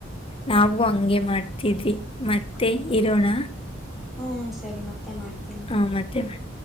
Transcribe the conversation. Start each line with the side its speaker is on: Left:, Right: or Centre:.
Left: ನಾವು ಹಂಗೆ ಮಾಡ್ತಿದ್ವಿ ಮತ್ತೆ
Centre: ಹದಾ
Left: ಇರೋಣ
Centre: ಹ್ಮ್ ಸರಿ ಮತ್ತೆ ಮಾಡ್ತೀನಿ
Left: ಹಾ ಮತ್ತೆ ಮತ್ತೆ